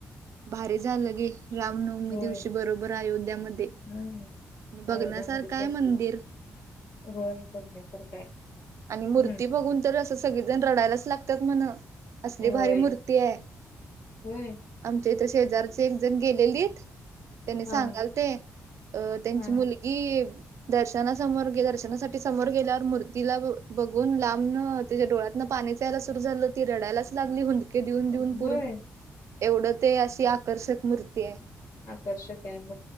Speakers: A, on the right; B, on the left.
A: भारी झालं घे रामनवमी
B: होय.
A: दिवशी बरोबर अयोध्यामध्ये
B: हम्म.
A: बघण्यासारखं
B: अयोध्यामध्ये पोहोचलीत.
A: आहे मंदिर
B: होय बघण्यासारखं आहे.
A: आणि मूर्ती
B: हम्म.
A: बघून तर असं सगळीजण रडायलाच लागत्यात म्हणं असली
B: होय,
A: भारी मूर्ती आहे.
B: होय.
A: आमच्या इथं शेजारचे एक जण गेलेलीत त्यांनी
B: हा,
A: सांगालते अ त्यांची
B: हा.
A: मुल गी दर्शनासमोर गे दर्शनासाठी समोर गेल्यावर मूर्तीला ब बघून लांबन तिच्या डोळ्यातन पाणीच यायला सुरु झालं ती रडायलाच लागली हुंद दके देऊन
B: होय.
A: देऊन पूर्ण एवढं ते अशी आकर्षक मूर्ती आहे.
B: आकर्षक आहे मु